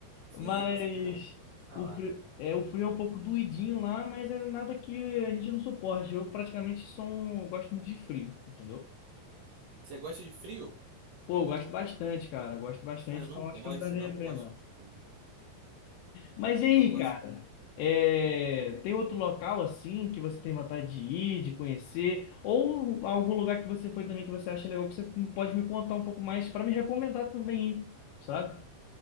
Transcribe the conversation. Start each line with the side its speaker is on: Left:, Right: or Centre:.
Right: Sim,
Left: Mas
Right: é com certeza muito difícil de falar.
Left: o frio, é, o frio é um pouco doidinho lá, mas é nada que a gente não suporte. Eu praticamente sou um, gosto muito de frio, entendeu?
Right: Você gosta de frio?
Left: Pô, eu gosto bastante, cara. Gosto bastante,
Right: Cara, eu não
Left: então acho
Right: gosto,
Left: que eu me daria
Right: não
Left: bem
Right: gosto
Left: lá.
Right: de frio.
Left: Mas e aí,
Right: Não gosto
Left: cara?
Right: de frio.
Left: É, Tem outro local assim que você tem vontade de ir, de conhecer? Ou algum lugar que você foi também que você acha legal que você pode me contar um pouco mais para me recomendar também ir, sabe?